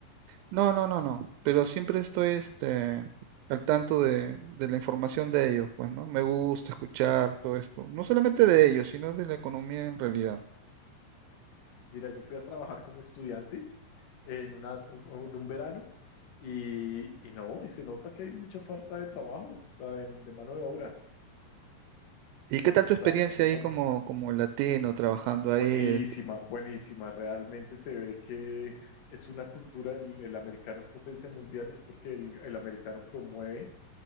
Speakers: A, on the right; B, on the left.
A: no, no, no, no, pero siempre estoy, este, al tanto de, de la información de ellos, pues, ¿no? Me gusta escuchar todo esto, no solamente de ellos, sino de la economía en realidad.
B: Mira, yo fui a trabajar como estudiante en, una, un, un verano y, y no, y se nota que hay mucha falta de trabajo, o sea, de, de mano de obra.
A: ¿Y qué tal tu
B: O
A: experiencia
B: sea, hace
A: ahí
B: falta.
A: como, como latino trabajando
B: Buenísima,
A: ahí?
B: buenísima. Realmente se ve que es una cultura, el, el americano es potencia mundial, es porque el, el americano promueve